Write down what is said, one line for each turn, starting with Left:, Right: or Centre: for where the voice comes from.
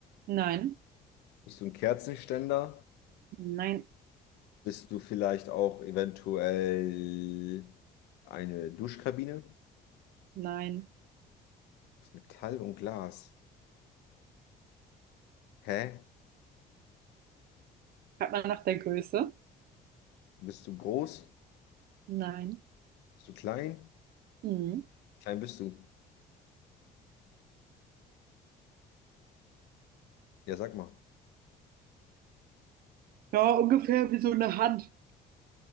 Right: Nein,
Left: Bist du ein Kerzenständer?
Right: nein,
Left: Bist du vielleicht auch eventuell eine Duschkabine
Right: nein.
Left: aus Metall und Glas? Hä?
Right: Hat man nach der Größe?
Left: Bist du groß?
Right: Nein.
Left: Bist du klein?
Right: Mhm.
Left: Klein bist du. Ja, sag mal.
Right: Ja, ungefähr wie so eine Hand.